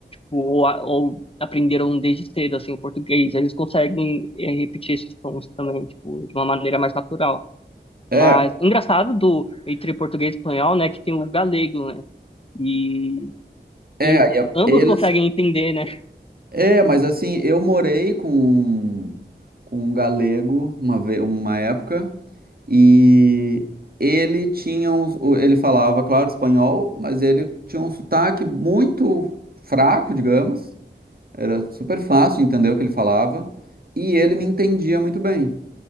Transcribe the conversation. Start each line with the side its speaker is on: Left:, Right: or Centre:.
Left: ou, a- ou aprenderam desde cedo, assim, o português. Eles conseguem é, repetir esses sons também, tipo, de uma maneira mais natural. Mas,
Right: É,
Left: engraçado do, entre português e espanhol, né, que tem o galego, né, e,
Right: é,
Left: e
Right: aí é-
Left: ambos
Right: eles.
Left: conseguem entender, né,
Right: É, mas assim, eu morei com, um, com um galego uma, ve- uma época. E ele tinha um, o- ele falava, claro, espanhol, mas ele tinha um sotaque muito fraco, digamos. Era super fácil de entender o que ele falava. E ele me entendia muito bem,